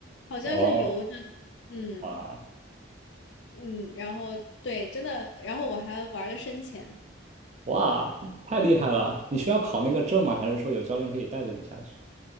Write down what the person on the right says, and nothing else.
哦，
哇
哇，太厉害了！你需要考那个证吗？还是说有教练可以带着你下去？